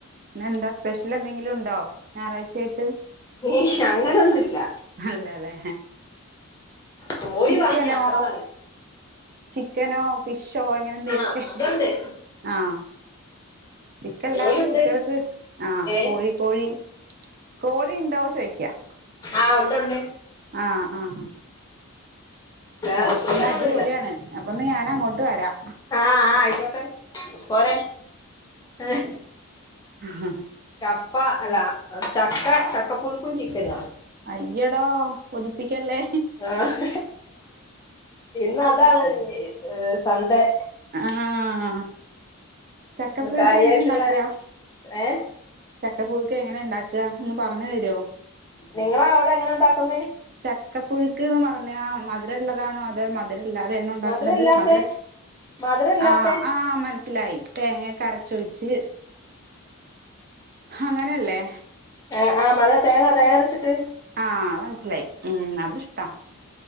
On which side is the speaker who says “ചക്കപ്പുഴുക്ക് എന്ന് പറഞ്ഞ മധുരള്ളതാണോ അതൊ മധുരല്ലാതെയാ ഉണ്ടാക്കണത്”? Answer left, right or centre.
Right